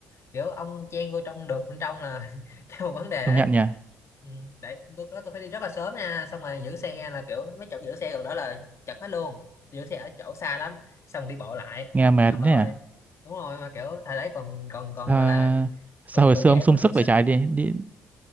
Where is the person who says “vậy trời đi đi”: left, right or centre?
Right